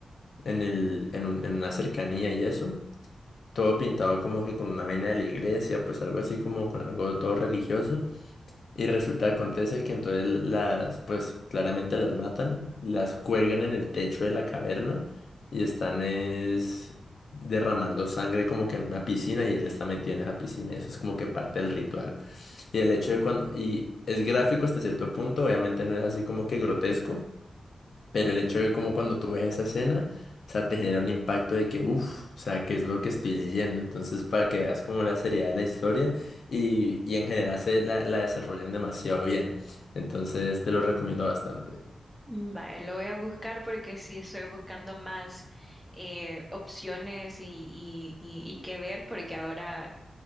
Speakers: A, on the left; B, in the centre.
A: en el, en un- en una cercanía y eso. Todo pintado como que con una vaina de la iglesia, pues algo así como con algo todo religioso. Y resulta, acontece que entonces las, pues claramente las matan, las cuelgan en el techo de la caverna y están es derramando sangre como que en una piscina y él está metido en esa piscina. Eso es como que parte del ritual. Y el hecho de cuando, y es gráfico hasta cierto punto, obviamente no es así como que grotesco, pero el hecho de como cuando tú ves esa escena, o sea, te genera un impacto de que, uff, o sea, ¿qué es lo que estoy leyendo? Entonces, para que veas como la seriedad de la historia y, y en general se la, la desarrollan demasiado bien. Entonces, te lo recomiendo bastante.
B: Mm, Vaya, lo voy a buscar porque sí estoy buscando más eh, opciones y, y, y, y qué ver, porque ahora